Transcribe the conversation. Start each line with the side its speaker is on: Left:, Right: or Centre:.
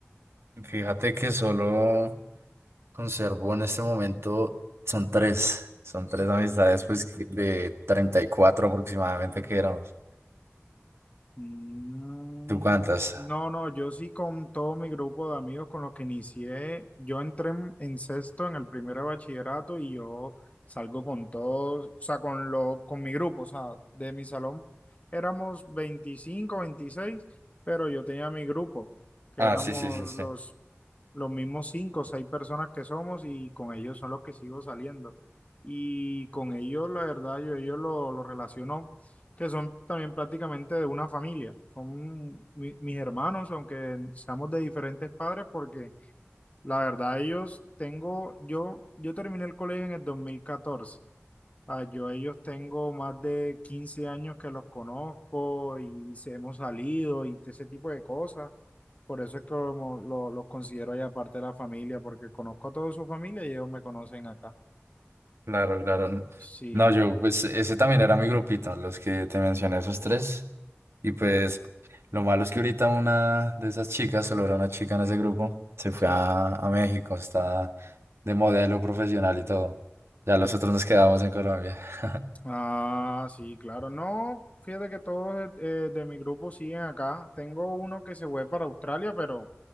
Right: Fíjate que solo Conservo en este momento, son tres, son tres amistades pues que- de 34 aproximadamente que éramos.
Left: Mm,
Right: ¿Tú cuántas?
Left: No, no, yo sí con todo mi grupo de amigos con los que inicié, yo entré en, en sexto en el primer bachillerato y yo salgo con todos, o sea, con lo, con mi grupo, o sea, de mi salón éramos 25 26 pero yo tenía mi grupo, que
Right: Ah,
Left: éramos
Right: sí, sí, sí, sí,
Left: los, los mismos cinco o seis personas que somos y con ellos son los que sigo saliendo. Y con ellos, la verdad, yo ellos lo, lo relaciono que son también prácticamente de una familia. Son mi- mis hermanos, aunque seamos de diferentes padres, porque la verdad ellos tengo, yo, yo terminé el colegio en el dos mil catorce Ah, yo a ellos tengo más de 15 años que los conozco y se hemos salido y ese tipo de cosas. Por eso es que como lo- los considero ya parte de la familia, porque conozco a toda su familia y ellos me conocen acá.
Right: claro, claro.
Left: Sí,
Right: No, yo pues ese también era mi grupito, los que te mencioné, esos tres. Y pues lo malo es que ahorita una de esas chicas, solo era una chica en ese grupo, se fue
Left: sí.
Right: a, a México, está de modelo profesional y todo. Ya los otros nos quedamos en Colombia. <laughs>
Left: Ah, sí, claro. No, fíjate que todos eh, de mi grupo siguen acá. Tengo uno que se fue para Australia, pero